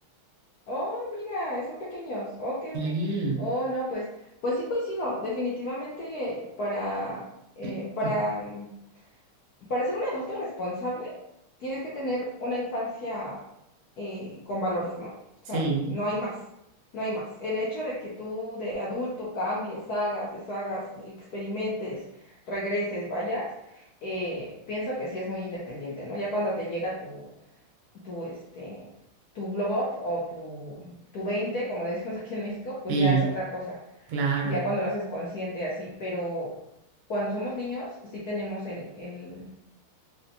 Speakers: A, on the left; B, on the right.
A: Oh, mira, son pequeños. Ok,
B: Sí,
A: ok. Oh, no, pues, pues sí coincido. Definitivamente para, eh,
B: <clears throat>
A: para mm, Para ser un adulto responsable, tienes que tener una infancia eh, con valores, ¿no? O
B: sí,
A: sea, no hay más, no hay más. El hecho de que tú de adulto cambies, hagas, deshagas, experimentes, regreses, vayas, eh, pienso que sí es muy independiente, ¿no? Ya cuando te llega tu, tu, este, tu glow up o tu, tu 20, como le decimos <laughs> aquí en México, pues
B: sí,
A: ya es otra cosa.
B: claro,
A: Ya cuando lo haces consciente así, pero cuando somos niños sí tenemos el, el